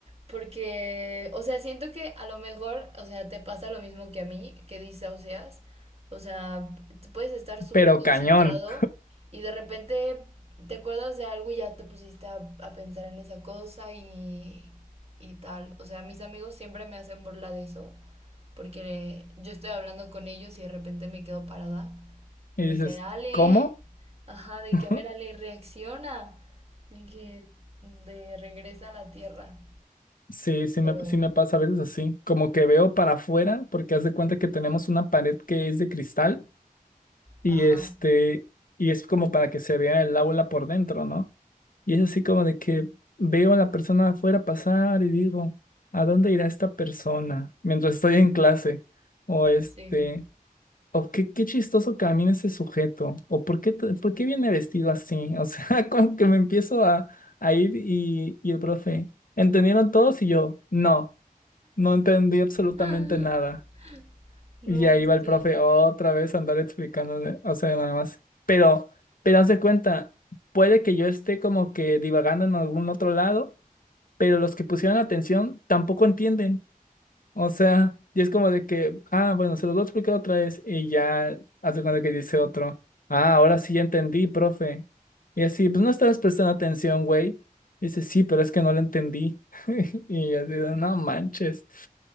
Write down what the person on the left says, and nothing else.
pero
cañón.
Y
dices,
¿cómo?
<laughs>
Sí, sí
me, sí me pasa a veces así, como que veo para afuera, porque haz de cuenta que tenemos una pared que es de cristal Y
este, y es como para que se vea el aula por dentro, ¿no? Y es así como de que veo a la persona afuera pasar y digo, ¿a dónde irá esta persona mientras estoy en clase? O este,
o qué, qué chistoso camina ese sujeto, o por qué, t- por qué viene vestido así? O sea, <laughs> como que me empiezo a, a ir y, y el profe, ¿entendieron todos? Y yo, no, no entendí absolutamente
nada.
Y ahí
va el profe otra vez a andar explicando, de- o sea, nada más. Pero, pero haz de cuenta, puede que yo esté como que divagando en algún otro lado, pero los que pusieron atención tampoco entienden. O sea, y es como de que, ah, bueno, se los voy a explicar otra vez y ya haz de cuenta que dice otro, ah, ahora sí ya entendí, profe. Y así, pues no estabas prestando atención, güey. Dice, sí, pero es que no lo entendí. <laughs> Y así, de, no manches